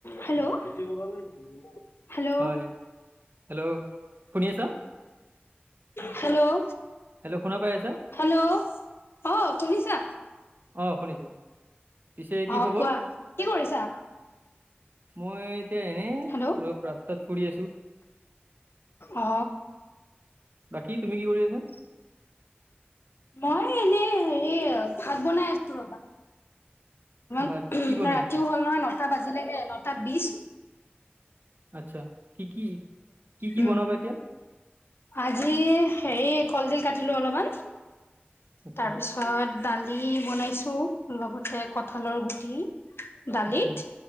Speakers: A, on the left (about 75°); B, on the right (about 55°).
A: Hello <unintelligible> hello
B: হয় hello শুনি আছা?
A: হেল্ল'
B: হেল্ল' শুনা পাই আছা?
A: হেল্ল' অ শুনিছা?
B: অ শুনিছো? পিছে কি
A: অ
B: খবৰ
A: কোৱা, কি কৰিছা?
B: মই এতিয়া এনেই
A: হেল্ল'
B: অলপ ৰাস্তাত ফুৰি আছো।
A: অ।
B: বাকী তুমি কি কৰি আছা?
A: মই এনেই হেৰি ভাত বনাই আছোঁ ৰবা।
B: ভাত
A: <unintelligible>
B: কি বনাই
A: ৰাতিও
B: আছা
A: হ'ল নহয় নটা বাজিলেগৈ নটা বিশ
B: আচ্ছা, কি, কি, কি, কি
A: উম
B: বনাবা এতিয়া?
A: আজি হেৰি কলডিল কাটিলো অলপমান
B: আচ্ছা
A: তাৰপিছত অ', দালি বনাইছো লগতে কঠালৰ গুটি দালিত
B: আচ্ছা